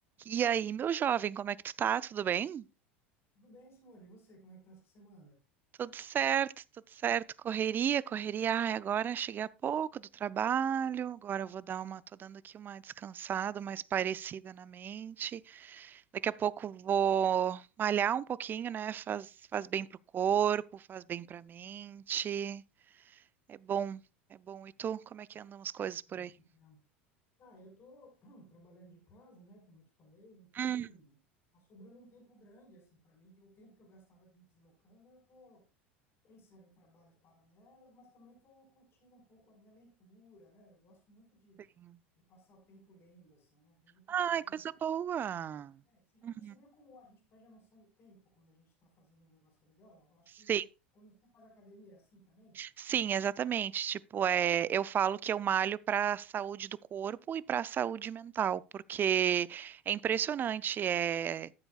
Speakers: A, on the right (about 30°); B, on the left (about 40°).
A: E aí, meu jovem, como é que tu tá? Tudo bem?
B: Tudo bem, Simone? E você, como é que tá essa semana?
A: Tudo certo, tudo certo. Correria, correria. Ai, agora cheguei há pouco do trabalho. Agora eu vou dar uma, tô dando aqui uma descansada, mais parecida na mente. Daqui a pouco vou malhar um pouquinho, né? Faz, faz bem pro corpo, faz bem pra mente. É bom, é bom. E tu, como é que andam as coisas por
B: Ah,
A: aí?
B: que legal. Ah, eu tô <clears throat> trabalhando de casa, né, como eu te falei, então
A: Hum,
B: tá sobrando um tempo grande, assim, para mim. O tempo que eu gastava me deslocando, eu tô pensando em trabalhos paralelos, mas também tô curtindo um pouco a minha leitura, né? Eu gosto muito de,
A: sim.
B: de passar o tempo lendo, assim, né, desde pequeno.
A: Ai, coisa boa.
B: É, e você já
A: Uhum.
B: percebeu como a gente perde a noção do tempo quando a gente tá fazendo um negócio legal? Eu acho
A: Sim,
B: que quando você faz academia é assim também?
A: Sim, exatamente. Tipo, é, eu falo que eu malho para a saúde do corpo e para a saúde mental, porque é impressionante. É,